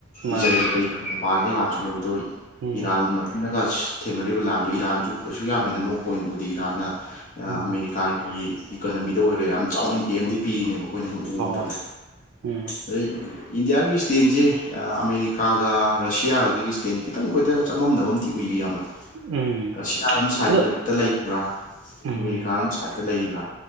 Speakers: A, on the right; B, on the left.
A: ꯃꯥꯅꯦ
B: ꯏꯔꯦꯜꯒ ꯄꯥꯔꯒ ꯂꯥꯟ ꯆꯣꯛꯅꯕꯗꯣ
A: ꯎꯝ
B: ꯏꯔꯥꯜ ꯅꯒ ꯊꯦꯡꯅꯔꯤꯕ ꯂꯥꯟꯗꯨ ꯏꯔꯥꯟꯁꯨ ꯀꯩꯁꯨ ꯌꯥꯝ ꯍꯦꯟꯅ ꯅꯣꯞꯄ ꯑꯣꯏꯅ ꯎꯗꯦ ꯏꯔꯥꯟꯅ
A: ꯎꯝ
B: ꯑꯃꯦꯔꯤꯀꯥꯒꯤ ꯏꯀꯅꯃꯤꯗ ꯑꯣꯏꯔꯣ ꯌꯥꯝ ꯆꯥꯎꯅ ꯏꯝꯄꯦꯛ ꯑꯃꯗꯤ ꯄꯤꯔꯤꯅꯦꯕ ꯑꯩꯈꯣꯏꯅ ꯁꯨꯝ ꯎꯕ
A: ꯍꯣꯏ
B: ꯃꯇꯝꯗ
A: ꯎꯝ
B: ꯑꯗꯩ ꯏꯟꯗꯤꯌꯥꯒꯤ ꯁ꯭ꯇꯦꯟꯁꯦ ꯑꯃꯦꯔꯤꯀꯥꯒ ꯔꯁꯤꯌꯥꯒꯒꯤ ꯁ꯭ꯇꯦꯟꯁ ꯈꯤꯇꯪ ꯑꯩꯈꯣꯏꯗ ꯆꯃꯝꯅꯕ ꯑꯝ ꯎꯏ ꯌꯥꯝꯕ
A: ꯎꯝ
B: ꯔꯁꯤꯌꯥꯔ ꯁꯥꯏꯠꯇ
A: ꯑꯗꯣ
B: ꯂꯩꯕ꯭ꯔꯥ
A: ꯎꯝ
B: ꯑꯃꯦꯔꯤꯀꯥ ꯁꯥꯏꯠ ꯇ ꯂꯩꯔꯤꯕ꯭ꯔꯥ